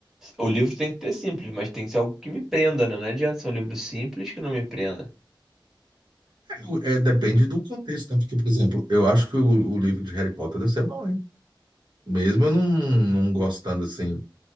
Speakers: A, in the centre; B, on the right.
A: O livro tem que ter simples, mas tem que ser algo que me prenda, né? Não adianta ser um livro simples que não me prenda.
B: É, o- é, depende do contexto, né? Porque, por exemplo, eu acho que o, o livro de Harry Potter deve ser bom, hein? Mesmo eu não, não gostando, assim,